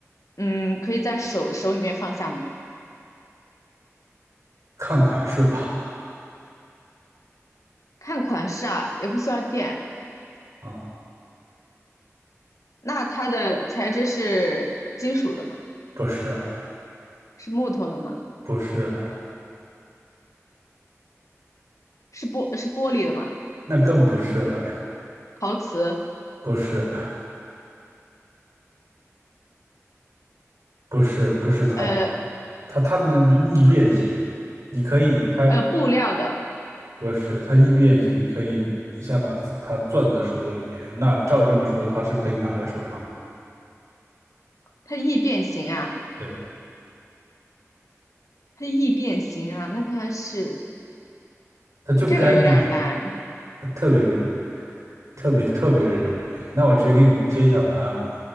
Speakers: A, on the left; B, on the right.
A: 嗯，可以在手手里面放下吗？
B: 看款式吧。
A: 看款式啊，也不需要垫。
B: 啊、嗯
A: 那它的材质是金属的吗？
B: 不是，
A: 是木头的吗？
B: 不是，
A: 是玻是玻璃的吗？
B: 那更不是了呀，
A: 陶瓷？
B: 不是，不是，不是陶瓷，
A: 呃
B: 它它能易变形，你可以，它
A: 呃，布料的。
B: 不是它易变形，你可以一下把它攥在手里面，那照这么说，它是可以拿在手上
A: 它易变形啊，
B: 的，对，
A: 它易变形啊。那它是
B: 它就该变形，
A: 这个有点难。
B: 它特别容易特别特别容易变形。那我直接给你揭晓答案吧，